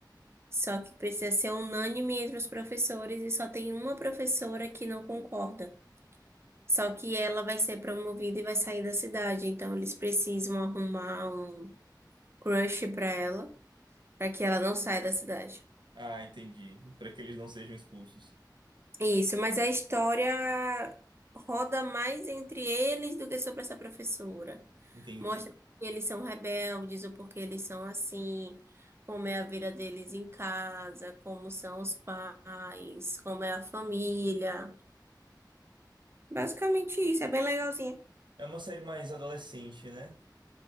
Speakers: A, on the right (about 35°); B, on the right (about 90°).
A: Só que precisa ser unânime entre os professores e só tem uma professora que não concorda. Só que ela vai ser promovida e vai sair da cidade, então eles precisam arrumar um crush pra ela, pra que ela não saia da cidade.
B: Ah, entendi. Para que eles não sejam expulsos.
A: Isso, mas a história roda mais entre eles do que sobre essa professora.
B: Entendi.
A: Mostra porque eles são rebeldes, o porquê eles são assim, como é a vida deles em casa, como são os pais, como é a família. Basicamente isso, é bem legalzinho.
B: É uma série mais adolescente, né?